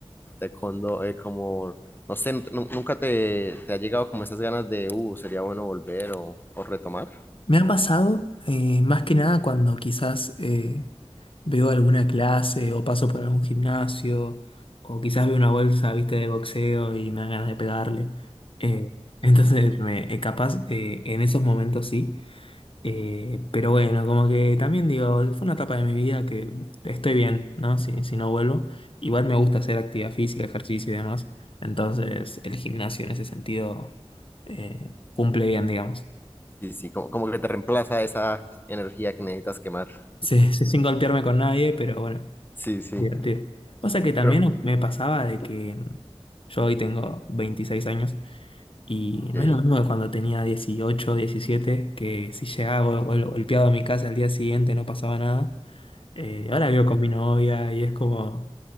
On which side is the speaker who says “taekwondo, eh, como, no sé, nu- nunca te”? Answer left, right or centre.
Left